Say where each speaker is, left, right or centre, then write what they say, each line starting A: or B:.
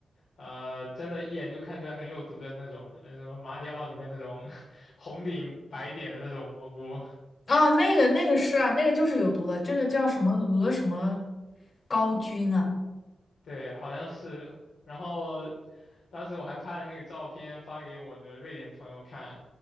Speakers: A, on the left (about 85°); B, on the left (about 55°).
A: 呃，真的，一眼就看出来很有毒的那种，呃什么马里奥里面那种 <laughs> 红顶白点的那种蘑菇，
B: 哦，那个那个是啊，那个就是有毒的，这个叫什么鹅什么高菌啊？
A: 对，好像是。然后当时我还拍了那个照片发给我的瑞典朋友看，